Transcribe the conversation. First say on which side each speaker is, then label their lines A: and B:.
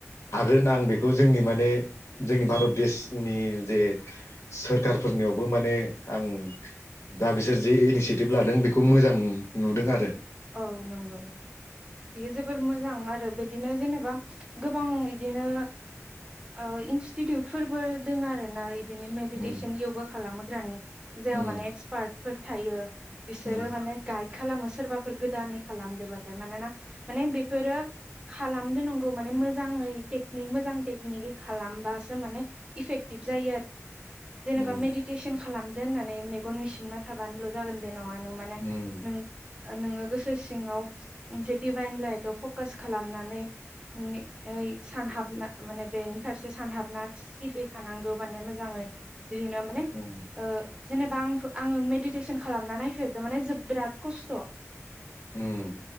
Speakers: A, on the left (about 65°); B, on the right (about 20°).
A: हागोन आं बेखौ जोंनि माने जोंनि भारत देशनि जे सोरखारफोरनियावबो माने आं दा बिसोर जे इनिसियेटिभ लादों बेखौ मोजां नुदों आरो
B: औ नंगौ बियो जोबोर मोजां आरो बिदिनो जेनेबा गोबां इदिनो ओ इनस्टिटिउटफोरबो दोङो आरो ना इदिनो
A: उम
B: मडिटेसन योगा खालामो <unintelligible> जेयाव
A: उम
B: माने एक्सपार्ट फोर थायो बिसोरो
A: उम
B: माने गाय खालामो सोरबाफोर गोदानै खालामदोबाथाय मानोना माने बेफोरो खालामदो नांगौ माने मोजाङै टेकनिक मोजां टेकनिकै खालामबासो माने इफेक्टिभ जायो जेनेबा
A: उम
B: मेडिटेसन खालाम दो होन्नानै मेगन मिसिबना थाबानोल' जागोन बे नङा नों माने
A: उम
B: नों नोङो गोसो सिङाव मोनसे डिभाइन लाइटआव फकास खालामनानै नै सानहाबना माने बेनि फारसे सानहाबना सिरि थानांगौ माने मोजाङै बिदिनो माने
A: उम
B: ओ जेनेबा आं आङो मेडिटेसन खालामना नायफेरदो माने जो बिराद खस्थ'
A: उम